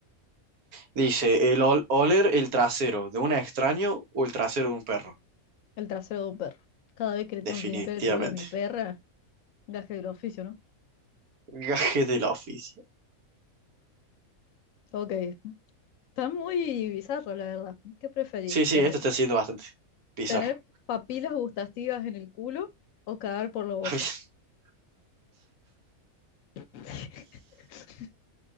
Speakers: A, on the right; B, on the left.
A: Dice, el ol- oler el trasero de un extraño o el trasero de un perro.
B: El trasero de un perro. Cada vez que le tengo
A: Definitivamente.
B: que limpiar el culo a mi perra, gaje del oficio, ¿no?
A: <laughs> Gajes del oficio.
B: Ok, está muy bizarro, la verdad. ¿Qué preferís?
A: Sí, sí,
B: ¿Tener,
A: esto está siendo bastante bizarro.
B: tener papilas gustativas en el culo o cagar por la boca?
A: <laughs>
B: <laughs>